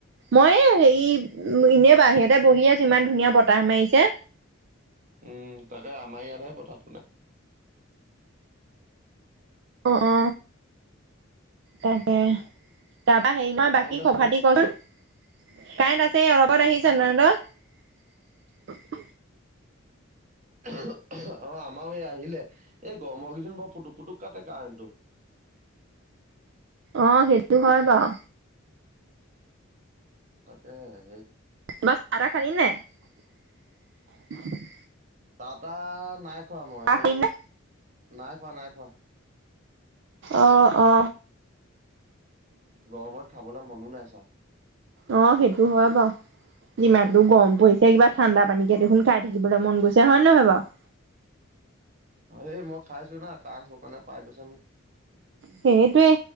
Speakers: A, on the right (about 55°); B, on the right (about 35°).
A: মই এ হেৰি এনেই বাহিৰতে বহি আছো ইমান ধুনীয়া বতাহ মাৰিছে।
B: উম তাকে আমাৰ ইয়াতহে বতাহটো নাই।
A: অ অ তাকে তাৰপা হেৰি নহয়
B: কাৰেণ্ট
A: বাকী খবৰ
B: আছে নে?
A: খাতি কচোন কাৰেন্ট আছে অলপত আহিছে নয়েন্দ
B: অ আমাৰ এই আহিলে এই গৰমৰকেইদিন বৰ পুটুক পুটুক কাটে কাৰেণ্টটো।
A: আহ সেইটো হয় বাও
B: তাকে সেই
A: তই চাহ তাহ <inaudible>
B: তাতা নাই খোৱা মই
A: চাহ
B: এই
A: খালি নে
B: নাই খোৱা নাই খোৱা।
A: অ অ
B: গৰমত খাবলৈ মনো নাই ছাৰ
A: অ সেইটো হয় বাৰু যিমানটো গৰম পৰিছে কিবা
B: উম,
A: ঠাণ্ডা পানীকে দেখোন খাই থাকিবলৈ মন গৈছে হয় নে নহয় বাৰু? <inaudible>
B: অ এই মই খাইছো না কাহ শুকানে পাই গৈছে মোক
A: সেইটোয়ে।